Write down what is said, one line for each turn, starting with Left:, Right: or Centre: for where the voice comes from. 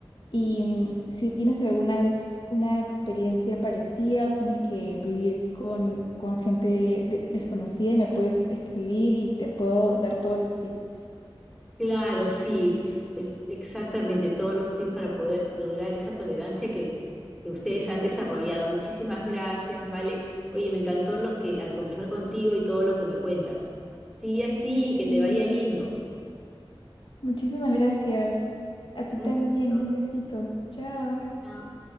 Left: Y mm, si tienes alguna vez una experiencia parecida o tienes que vivir con, con gente de- desconocida, me puedes escribir y te puedo dar todos los tips.
Centre: Claro, sí, es- exactamente todos los tips para poder lograr esa tolerancia que, que ustedes han desarrollado. Muchísimas gracias, vale. Oye, me encantó lo que al conversar contigo y todo lo que me cuentas. Sigue así, que
Left: Sí,
Centre: te vaya lindo.
Left: muchísimas gracias. A ti
Centre: Un
Left: también,
Centre: besito.
Left: un besito. Chao.
Centre: Chao.